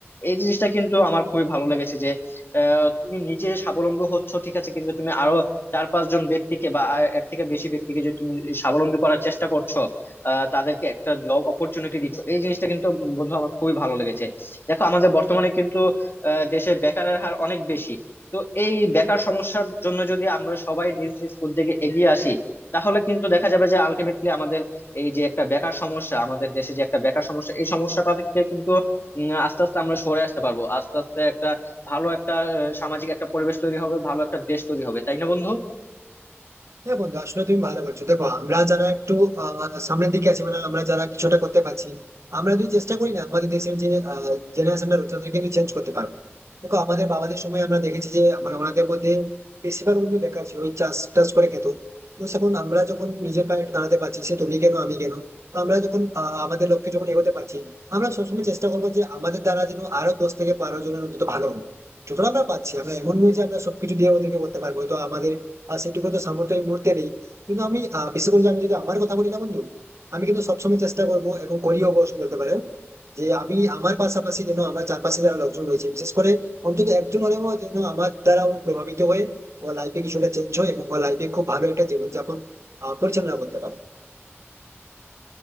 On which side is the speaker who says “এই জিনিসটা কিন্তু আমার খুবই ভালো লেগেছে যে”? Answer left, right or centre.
Left